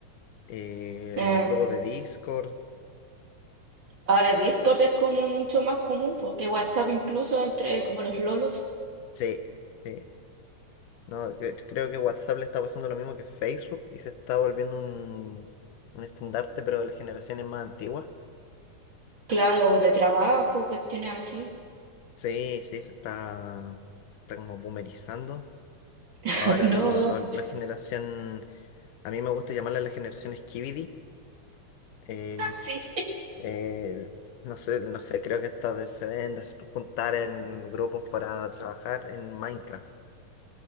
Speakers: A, on the left; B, on the right.
A: eh,
B: Eh,
A: los grupos de Discord.
B: Ahora Discord es como mucho más común, porque WhatsApp incluso entre como los lolos,
A: Sí, sí. No, cre- creo que WhatsApp le está pasando lo mismo que Facebook y se está volviendo un, un estandarte, pero de las generaciones más antiguas.
B: claro, o de trabajo, cuestiones así.
A: Sí, sí, se está, se está como boomerizando.
B: <laughs>
A: Ahora
B: No,
A: lo- ahora la generación, a mí me gusta llamarla la generación Skibidi Eh,
B: sí,
A: eh, no sé, no sé, creo que estas de- se deben de juntar en grupos para trabajar en Minecraft.